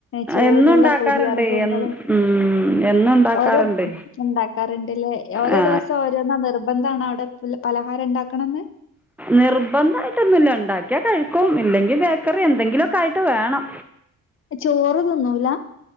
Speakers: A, on the left; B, in the centre.
A: ചൂടുള്ള
B: എന്നും ഉണ്ടാക്കാറുണ്ട്
A: പൊരിവർഗങ്ങൾ
B: എന്ന് ഉം, എന്നും ഉണ്ടാക്കാറുണ്ട്
A: ഓരോ ഉണ്ട കറണ്ടില് ഓരോ
B: ആ,
A: ദിവസം ഓരോന്നോ നിർബന്ധണ് അവിടെ പലഹാരം ഉണ്ടാക്കണന്ന്
B: നിർബന്ധയിട്ടൊന്നുല്ല ഉണ്ടാക്കിയാ കഴിക്കും ഇല്ലെങ്കിൽ ബേക്കറി എന്തെങ്കിലുമൊക്കെ ആയിട്ട് വേണം.
A: ചോറ് തിന്നൂല